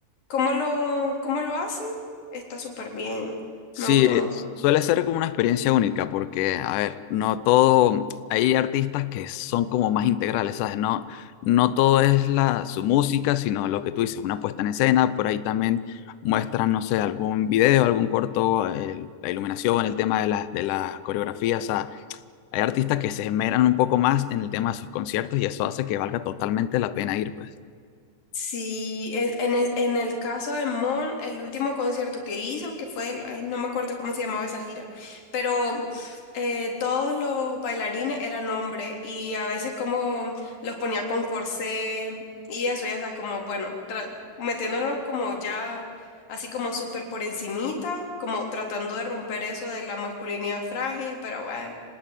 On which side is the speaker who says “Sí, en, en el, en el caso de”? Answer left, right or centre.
Left